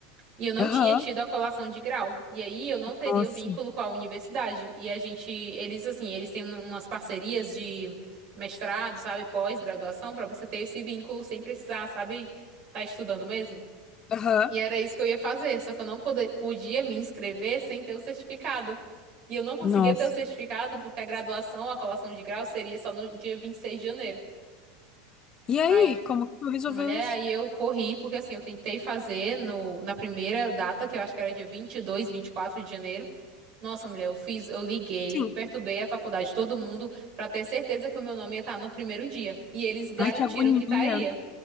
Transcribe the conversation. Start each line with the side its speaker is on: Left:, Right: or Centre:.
Right: E eu não
Left: Aham.
Right: tinha tido a colação de grau. E aí eu não teria
Left: Nossa.
Right: o vínculo com a universidade. E a gente, eles assim, eles têm umas parcerias de mestrado, sabe, pós-graduação, pra você ter esse vínculo sem precisar, sabe, tá estudando mesmo.
Left: Aham.
Right: E era isso que eu ia fazer, só que eu não pode- podia me inscrever sem ter o certificado. E eu não conseguia
Left: Nossa.
Right: ter o certificado porque a graduação, a colação de grau seria só no dia 26 de janeiro.
Left: E aí,
Right: aí
Left: como que tu resolveu
Right: Mulher,
Left: isso?
Right: aí eu corri, porque assim, eu tentei fazer no, na primeira data, que eu acho que era dia vinte vinte e dois vinte e quatro de janeiro. Nossa, mulher, eu fiz, eu liguei,
Left: Sim.
Right: perturbei a faculdade, de todo mundo, pra ter certeza que o meu nome ia estar no primeiro dia. E eles garantiram
Left: Ai, que agonia.
Right: que estaria.